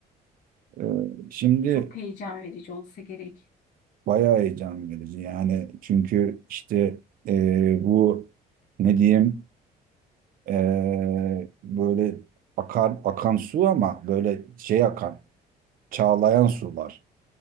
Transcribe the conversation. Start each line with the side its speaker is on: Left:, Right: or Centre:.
Right: Ee, şimdi
Left: Çok heyecan verici olsa gerek.
Right: Bayağı heyecan verici yani çünkü işte eee, bu ne diyeyim eee, böyle akan akan su ama böyle şey akan çağlayan sular.